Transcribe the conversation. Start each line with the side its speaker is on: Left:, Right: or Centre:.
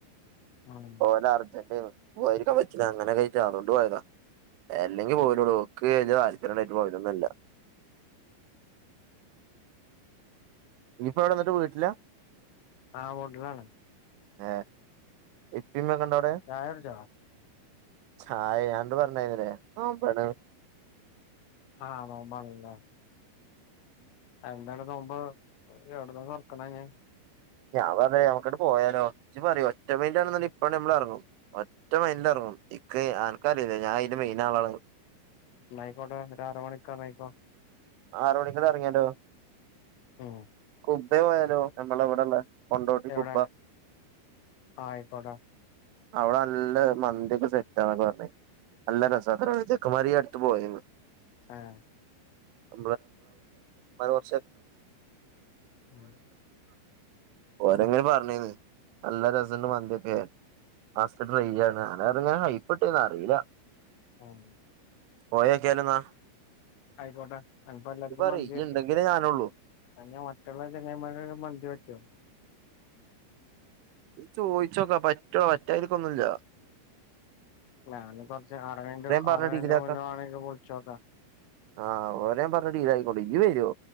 Left: ഉം
Right: പോലെ അർജന്റ് പോരിക്ക വ അങ്ങനെ കഴിച്ച അതുകൊണ്ട് പോയതാ അല്ലെങ്കിൽ പോവുല്ലെടോ ക് താല്പര്യം ഉണ്ടായിട്ട് പോയതോന്നല്ല ഇപ്പ എവിടെ എന്നിട്ട് വീട്ടില
Left: ആഹ് മോട്ടലാണ്
Right: ഹ ഇപ്പമ്മ കണ്ട അവിടെ
Left: ചായ കുടിച്ചോ
Right: ചായ ഞണ്ട് പറഞ്ഞന്നര ആ പറ
Left: ആഹ ആറോബാണലെ എന്താല നോബ് എവിട <unintelligible>
Right: ഞാൻ പറ നമക്കിടെ പോയാലോ ചി പറോ ഒറ്റ മൈൻണ ഇപ്പഴ ഞമ്മള ഇറങ്ങു ഒറ്റ മൈൻറ് ഇറങ്ങു ഇ ആൾക്കാരല്ല ഞാൻ അതിന്റെ മെയിൻ ആളാണ്
Left: യിക്കോട്ടെ ഒ അറ മണിക്കർയിക്കോ
Right: ആറ മണിക്കടെ ഇറങ്ങിയാലോ
Left: ഉം
Right: <unintelligible> പോയാലോ നമ്മളെ ഇവിടെള്ള കൊണ്ടോട്ടി
Left: എവിടൊ
Right: കുബ്ബ
Left: ആയിക്കോട്ടോ
Right: അവിടെ നല്ല മന്തിയക്കെ സെറ്റാണ് പറഞ്ഞ നല്ല രസ ചെക്കന്മാര് ഇ പോയന്ന്
Left: ആഹ
Right: അ വർഷ
Left: ഉം
Right: ഓരെങ്ങനും പറഞ്ഞന്ന് നല്ല രസന്റെ മന്തിക്കെ <unintelligible> ഡിയി ആണ് ഹൈപ്പെട്ടേന്ന് അറിയില്ല
Left: ആഹ
Right: പോയൊക്കെല ഇന്നാ
Left: ആയിക്കോട്ടെ അനിപ്പോ എല്ലാർക്കും
Right: പറയ്
Left: മന്തി
Right: ഇയ്യ്
Left: പറ്റ
Right: ഇണ്ടെങ്കിലേ ഞാനൊള്ളൂ
Left: ക ഞാൻ മറ്റുള്ള ചെങ്ങമാ ഒരു മന്തി പറ്റോ
Right: ചോയിച്ചോക്കാ പറ്റോ പറ്റാതിരിക്കൊന്നുംഇല്ല
Left: ഞാന് കുറച്ച് അറ
Right: പറഞ്ഞ്
Left: അറണ്ട
Right: ഡീലാക്കാ
Left: മുന്നോ ആണെൽ വിളിച്ചോക്കാം
Right: ആഹ് ഓലെ യാം പറഞ് ഡീലാക്കിക്കോണ്ട്. ഇയ്യ് വരോ?